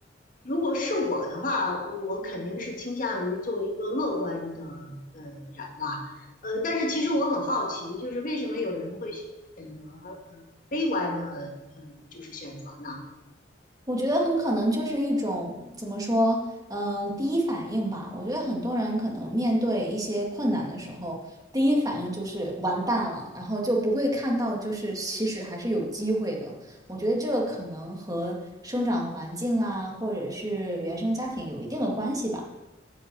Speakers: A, on the left; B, on the right.
A: 如果是我的话，我肯定是倾向于做一个乐观的呃人吧。呃，但是其实我很好奇，就是为什么有人会选择嗯呃悲观的呃就是选择呢？
B: 我觉得很可能就是一种怎么说，嗯、第一反应吧。我觉得很多人可能面对一些困难的时候，第一反应就是完蛋了，然后就不会看到就是其实还是有机会的。我觉得这个可能和生长环境啊，或者是原生家庭有一定的关系吧。